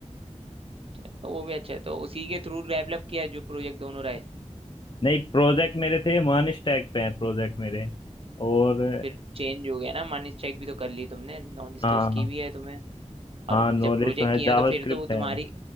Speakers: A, on the right; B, on the left.
A: तो वो भी अच्छा है तो उसी के थ्रू डेवलप किया है जो प्रोजेक्ट दोनों रहे
B: नहीं प्रोजेक्ट मेरे थे वन स्टैक पे हैं प्रोजेक्ट मेरे और
A: फिर चेंज हो गया ना मनी स्ट्राइक भी तो कर ली तुमने नॉलेज
B: हाँ
A: तो उसकी भी है तुम्हें और
B: हाँ नॉलेज
A: जब प्रोजेक्ट
B: तो है
A: किए
B: जावास्क्रिप्ट
A: हो तो फिर तो वो
B: है
A: तुम्हारी